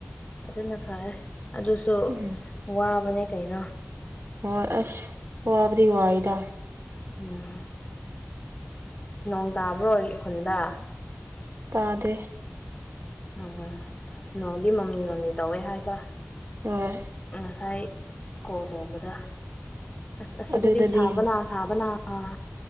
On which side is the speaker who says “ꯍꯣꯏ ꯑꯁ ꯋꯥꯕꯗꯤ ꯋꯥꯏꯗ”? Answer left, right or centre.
Right